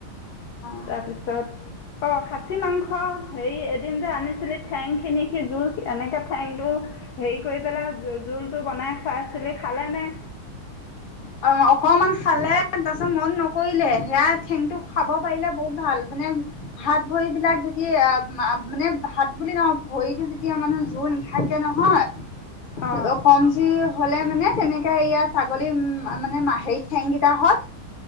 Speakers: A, on the left; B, on the left.
A: অ
B: তাৰপিছত অ খাচী মাংস হেৰি এদিন যে আনিছিলি ঠেং খিনি সি জোল এনেকে ঠেংটো হেৰি কৰি পেলাই জো জোল টো বনাই খাই চিলি খালে নে? <unintelligible>
A: অ অকমান খালে তাৰপিছত মন নকৰিলে সেয়া ঠেংটো খাব পাৰিলে বহুত ভাল মানে হাত ভৰিবলাক যেতিয়া মা মানে ভাত বুলি নহয় ভৰিটো যেতিয়া মানে জোৰ নাথাকে নহয়
B: অঁ
A: অ কম যি হলে মানে তেনেকে ইয়া ছাগলী উম অ মানে মাহে সেই ঠেং কেইটাহত